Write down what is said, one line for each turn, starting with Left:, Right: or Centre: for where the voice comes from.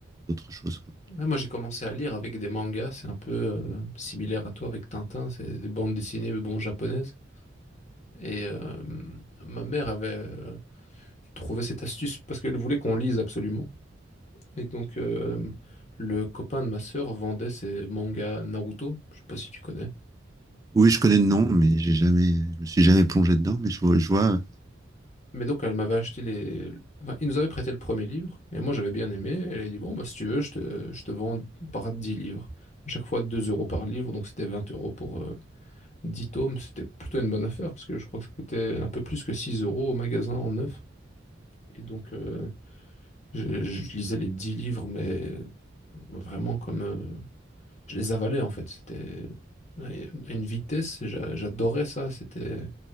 Right: d'autres choses, quoi.
Left: Ouais, moi, j'ai commencé à lire avec des mangas, c'est un peu euh, similaire à toi avec Tintin, c'est des bandes dessinées, mais bon, japonaises. Et euh, ma mère avait euh, trouvé cette astuce parce qu'elle voulait qu'on lise absolument. Et donc, euh, le copain de ma sœur vendait ses mangas Naruto, je sais pas si tu connais.
Right: Oui, je connais le nom, mais j'ai jamais, je me suis jamais plongé dedans, mais je vois, je vois,
Left: Mais donc, elle m'avait acheté les. enfin, il nous avait prêté le premier livre, et moi j'avais bien aimé. et Elle a dit, bon, bah, si tu veux, je te, je te vends par 10 livres. À chaque fois 2 euros par livre, donc c'était 20 euros pour euh, 10 tomes. C'était plutôt une bonne affaire, parce que je crois que ça coûtait un peu plus que 6 euros au magasin en neuf. Et donc, euh, je, je lisais les 10 livres, mais vraiment comme. euh, je les avalais en fait. C'était ouais, à une vitesse, j'a- j'adorais ça. C'était.